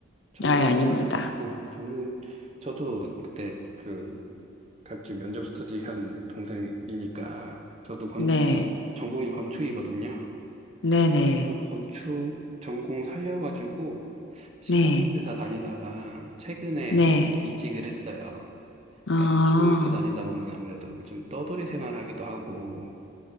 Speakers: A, on the right; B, on the left.
A: 저는
B: 아예 아닙니다.
A: 음, 저는 저도 그때 그 같이 면접 스터디 한 동생이니까 저도 건축
B: 네,
A: 전공이 건축이거든요.
B: 네네,
A: 그래서 건축 전공 살려가지고 시공회사
B: 네,
A: 다니다가 최근에
B: 네.
A: 이직을 했어요.
B: 아,
A: 그러니까 시공회사 다니다 보면 아무래도 좀 떠돌이 생활하기도 하고